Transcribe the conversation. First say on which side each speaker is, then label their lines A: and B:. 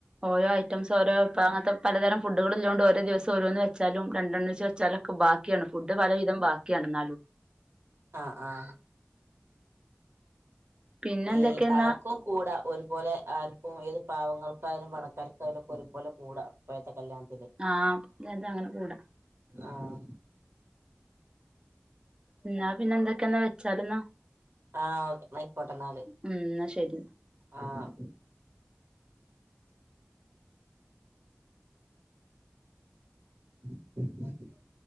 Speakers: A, on the right; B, on the right.
A: ഓരോ ഐറ്റംസ് ഓ ഇപ്പോ അങ്ങനത്തെ പലതരം ഫുഡുകള് ഒളളത് കൊണ്ട്ഓരോദിവസം ഓരോന്ന് വച്ചുംരണ്ടെണ്ണ വെച്ചാലൊക്കെ ബാക്കി ക്കിയാണ്ഫുഡ് പല വിധം ബാക്കിയാണ് എന്നാലും
B: ആഹ് ആഹ്
A: പിന്നെ എന്തൊക്കെയെന്നാ
B: ഏ ആർക്കും കൂടാ ഒരുപോലെ ആർക്കും ഏത് പാവങ്ങൾക്കായാലും പണക്കാർക്കായാലും ഒക്കെ ഒരുപോലെ കൂടാ ഇപ്പോഴത്തെ കല്യാണത്തിന്
A: ആഹ് അതെ അങ്ങനെ കൂടാം
B: ആഹ
A: എന്നാ പിന്നെ എന്തൊക്കെയാ വെച്ചാല് ന്നാ
B: ആഹ് ഒക്കെആയിക്കോട്ടെ ന്നാല്
A: ഉം എന്നാ ശരി
B: ആഹ് <inaudible>